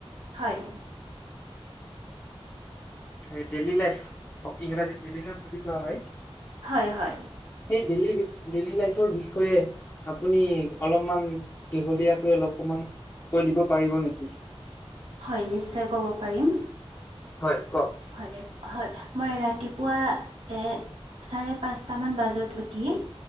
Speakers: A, on the right; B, on the left.
A: হয়।
B: এই ডেইলি লাইফ অ ইংৰাজী ডেলি লাইফ বুলি কোৱা হয়।
A: হয় হয়।
B: সেই ডেইলী বি ডেইলী লাইফৰ বিষয়ে- আপুনি অলপমান দীঘলীয়াকৈ অলপকমান কৈ দিব পাৰিব নিকি?
A: হয়' নিশ্চয় ক'ব পাৰিম।
B: হয়' কওক।
A: হয়, হয়, মই ৰাতিপুৱা এ- চাৰে-পাঁচটা মান বাজাত উঠি-